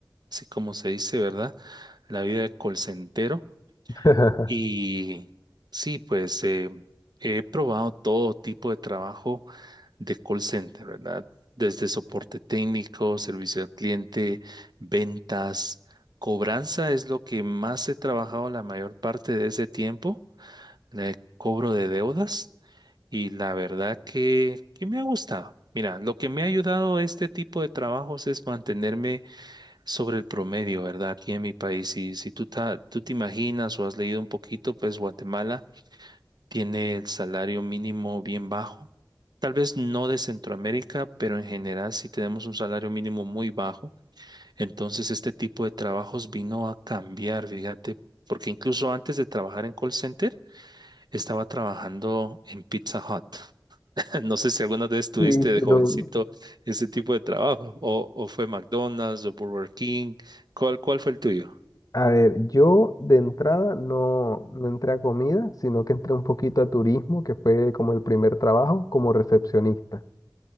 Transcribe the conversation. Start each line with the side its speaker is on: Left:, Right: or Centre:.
Right: así como se dice, ¿verdad? La vida de call center.
Left: <laughs>
Right: Y sí, pues eh, he probado todo tipo de trabajo de call center, ¿verdad? Desde soporte técnico, servicio al cliente, ventas, cobranza es lo que más he trabajado la mayor parte de ese tiempo, el cobro de deudas y la verdad que, que me ha gustado. Mira, lo que me ha ayudado este tipo de trabajos es mantenerme sobre el promedio, ¿verdad? Aquí en mi país, y si tú, ta- tú te imaginas o has leído un poquito, pues Guatemala tiene el salario mínimo bien bajo. Tal vez no de Centroamérica, pero en general sí tenemos un salario mínimo muy bajo. Entonces este tipo de trabajos vino a cambiar, fíjate, porque incluso antes de trabajar en call center, estaba trabajando en Pizza Hut. <laughs> No sé si alguna vez tuviste
Left: Sí,
Right: de
Left: pero
Right: jovencito ese tipo de trabajo, o, o fue McDonald's o Burger King. ¿Cuál, cuál fue el tuyo?
Left: a ver, yo de entrada no, no entré a comida, sino que entré un poquito a turismo, que fue como el primer trabajo como recepcionista.